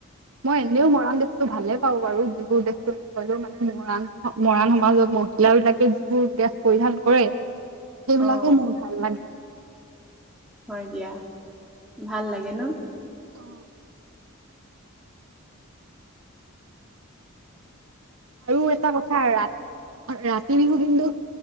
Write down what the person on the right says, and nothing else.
মই এনেও মৰাণ ড্ৰেছতো ভালে পাওঁ বাৰু যিবোৰ ড্ৰেছটো হ'লেও মানে মৰাণ- মৰাণ সমাজত মহিলা বিলাকে যিবোৰ ড্ৰেছ পৰিধান কৰে সেইবিলাকো
মোৰ ভাল লাগে।
অহ'। আৰু এটা কথা ৰা -ৰাতি বিহু, কিন্তু